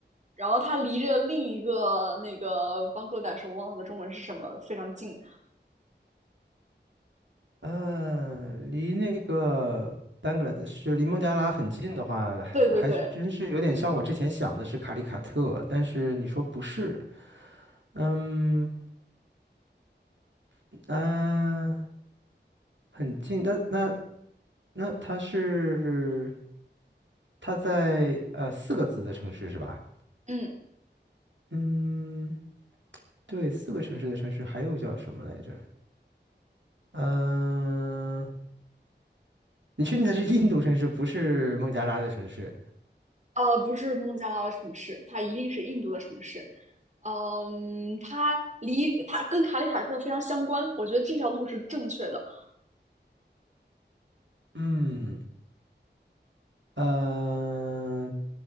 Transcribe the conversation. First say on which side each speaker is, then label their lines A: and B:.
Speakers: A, on the right (about 40°); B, on the right (about 80°).
A: 然后它离着另一个那个邦格达什，我忘了它的中文是什么，非常近。
B: 嗯，离那个 Bangladesh 就离孟加拉很近的话，
A: 对对对，
B: 我还是真是有点像我之前想的是卡里卡特，但是你说不是，嗯嗯、呃很近。那那那它是它在呃四个字的城市是吧？
A: 嗯。
B: 嗯，对，四个城市的城市还有叫什么来着？嗯、你确定它是印度城市，不是孟加拉的城市？
A: 呃，不是孟加拉的城市，它一定是印度的城市。嗯，它离它跟卡里塔特非常相关，我觉得这条路是正确的。
B: 嗯，呃，